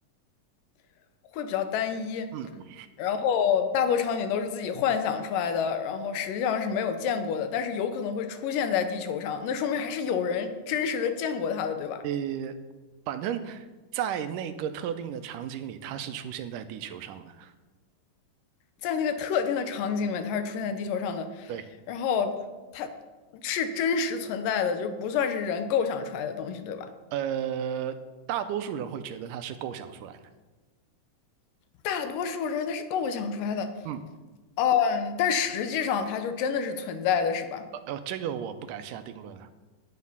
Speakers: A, on the left; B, on the right.
A: <laughs> 会比较单一，
B: 嗯，
A: 然后大多场景都是自己幻想出来的，然后实际上是没有见过的，但是有可能会出现在地球上，那说明还是有人真实的见过他的，对吧？
B: 呃，反正在那个特定的场景里，它是出现在地球上的。
A: 在那个特定的场景里面，它是出现在地球上的，
B: 对，
A: 然后它是真实存在的，就不算是人构想出来的东西，对吧？
B: 呃，大多数人会觉得它是构想出来的。
A: 大多数人他是构想出来的，
B: 嗯，
A: 嗯，但实际上它就真的是存在的，是吧？
B: 呃，呃这个我不敢下定论啊。